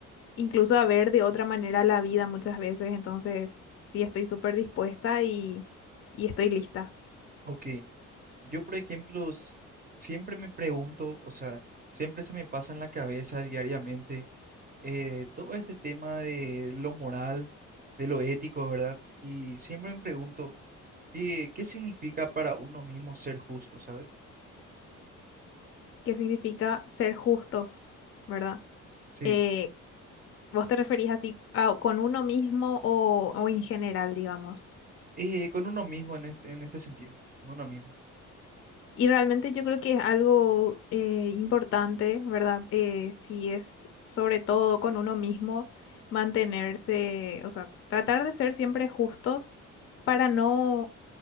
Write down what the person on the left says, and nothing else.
incluso a ver de otra manera la vida muchas veces. Entonces, sí, estoy súper dispuesta y, y estoy lista.
¿Qué significa ser justos, verdad?
Eh,
¿vos te referís así a- con uno mismo o, o en general, digamos?
Y realmente yo creo que es algo eh, importante, ¿verdad? Eh, si es sobre todo con uno mismo, mantenerse, o sea, tratar de ser siempre justos para no